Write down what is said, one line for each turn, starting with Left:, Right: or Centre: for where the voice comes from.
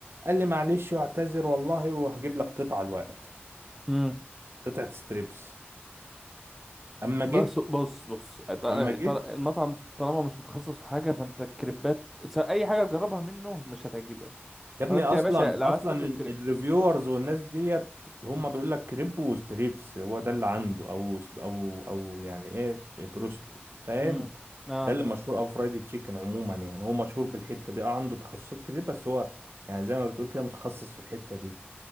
Right: قال لي معلش واعتذر والله وهجيب لك قطعه الوقت
Centre: مم.
Right: قطعه ستريبس اما جيت
Centre: بس بص بص طل-
Right: اما جيت
Centre: طل- المطعم طالما مش متخصص في حاجه فانت الكريبات س- اي حاجه تجربها منه مش هتعجبك
Right: يا ابني
Centre: او انت
Right: اصلا
Centre: يا باشا لو
Right: اصلا
Centre: عايز تاكل
Right: ال-
Centre: كريب
Right: الريفيورز والناس ديت هم بيقول لك كريب وستريبس هو ده اللي عنده او او او يعني ايه بروست فاهم
Centre: مم. اه
Right: ده اللي مشهور او فرايدي تشيكن عموما يعني هو مشهور بالحته دي اه عنده تخصصات كتير بس هو يعني زي ما بتقول كده متخصص في الحته دي